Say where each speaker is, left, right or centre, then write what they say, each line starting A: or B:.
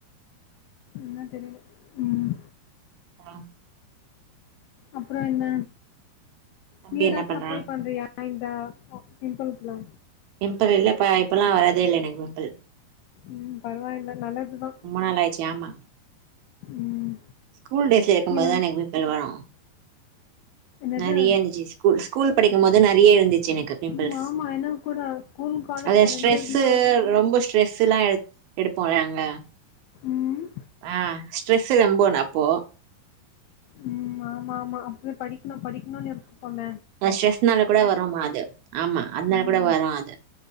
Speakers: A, on the left; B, on the right.
A: என்ன தெரியல ம்
B: ஆ
A: அப்புறம் என்ன
B: தம்பி
A: நீ ஏதாச்சும்
B: என்ன பண்றா
A: அப்ளை பண்றியா இந்த பிம்ப்பிளுக்குலா
B: பிம்ப்பிள் இல்லப்ப இப்பல்லா வரதே இல்ல எனக்கு பிம்ப்பிள்
A: ம் பரவாயில்ல நல்லதுதா
B: நாள் ஆயிடுச்சு ஆமா
A: ம்
B: ஸ்கூல் டேஸ்ல இருக்கும்
A: நீ
B: போதுதா
A: வந்
B: எனக்கு பிம்ப்பிள் வரு
A: என்னது
B: நெறைய இருந்துச்சு ஸ்கூல் ஸ்கூல் படிக்கும் போது நெறைய இருந்துச்சு எனக்கு பிம்ப்பிள்ஸ்
A: ம் ஆமா எனக்கு கூட ஸ்கூல் காலேஜ்ல
B: அதா ஸ்ட்ரெஸ்ஸு
A: ரெண்டு இதுலயு
B: ரொம்ப ஸ்ட்ரெஸ்ஸுல்லா எடுத் எடுப்போல அங்க
A: ம்
B: ஆ ஆ ஸ்ட்ரெஸ்ஸு ரொம்போ அப்போ
A: ம் ஆமா ஆமா அப்பவே படிக்கணும் படிக்கணுன்னு இருக்குப்போம
B: அதா ஸ்ட்ரெஸ்னால கூட வரும்மா அது ஆமா அதனால
A: ம்
B: கூட வரும் அது